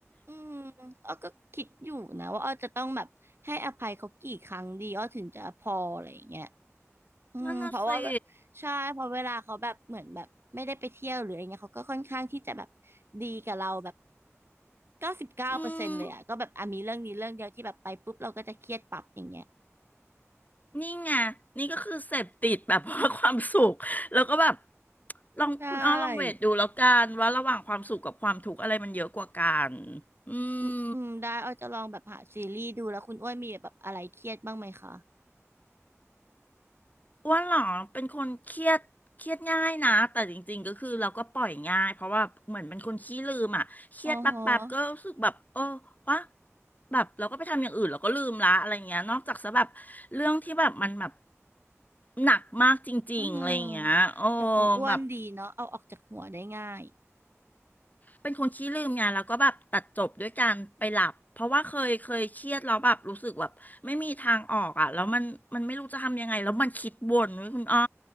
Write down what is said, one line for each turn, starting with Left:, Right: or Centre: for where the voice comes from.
Right: อืมอ้อก็คิดอยู่นะว่าอ้อจะต้องแบบให้อภัยเขากี่ครั้งดีอ้อถึงจะพออะไรอย่างเงี้ยอืมเพราะว่าแบบใช่เพอเวลาเขาแบบเหมือนแบบไม่ได้ไปเที่ยวหรืออะไรเงี้ยเขาก็ค่อนข้างที่จะแบบ
Left: นั่นน่ะสิ
Right: ดีกับเราแบบเก้าสิบเก้าเปอร์เซ็นต์เลยอ่ะก็แบบอ่ะมีเรื่องนี้เรื่องเดียวที่แบบไปปุ๊บเราก็จะเครียดปั๊บอย่างเงี้ย
Left: อืมนี่ไงนี่ก็คือเสพติดแบบว่าความสุขแล้วก็แบบลองคุณอ้อลองเวทดูแล้วกันว่าระหว่างความสุขกับความทุกข์อะไรมันเยอะกว่ากัน
Right: ใช่
Left: อืม
Right: อืมอืมได้อ้อจะลองแบบหาซีรีส์ดูแล้วคุณอ้วนมีแบบอะไรเครียดบ้างไหมคะ
Left: อ้วนเหรอเป็นคนเครียดเครียดง่ายนะแต่จริงๆก็คือเราก็ปล่อยง่ายเพราะว่าเหมือนเป็นคนขี้ลืมอ่ะเครียดแป๊บๆก็รู้สึกแบบเออวะ
Right: อ๋อฮะ
Left: แบบเราก็ไปทำอย่างอื่นเราก็ลืมละอะไรเงี้ยนอกจากซะแบบเรื่องที่แบบมันแบบหนักมากจริงๆอะไรเงี้ยโอ้
Right: อืมแต่คุณอ้วนดีเนาะเอาออกจากหัวได้ง่าย
Left: แบบเป็นคนขี้ลืมไงแล้วก็แบบตัดจบด้วยการไปหลับเพราะว่าเคยเคยเครียดแล้วแบบรู้สึกแบบไม่มีทางออกอ่ะแล้วมันมันไม่รู้จะทำยังไงแล้วมันคิดวนเว้ยคุณอ้อ